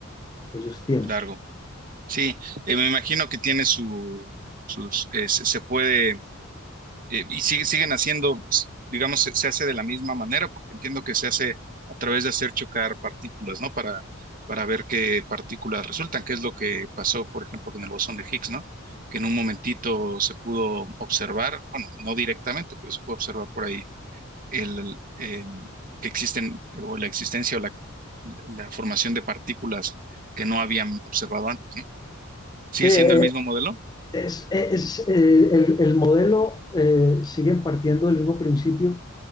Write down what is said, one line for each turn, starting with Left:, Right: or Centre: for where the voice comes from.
Left: que ellos tienen.
Right: largo. Sí, eh, me imagino que tiene su, sus, eh, se se puede eh, y sigue- siguen haciendo, digamos, se, se hace de la misma manera, porque entiendo que se hace a través de hacer chocar partículas, ¿no? Para, para ver qué partículas resultan, que es lo que pasó, por ejemplo, con el bosón de Higgs, ¿no? Que en un momentito se pudo observar, bueno, no directamente, pero se puede observar por ahí el, el, eh, que existen, o la existencia o la, la formación de partículas que no habían observado antes, ¿no? Sigue
Left: Sí, eh,
Right: siendo el mismo modelo
Left: es, es, eh, el, el modelo eh, sigue partiendo del mismo principio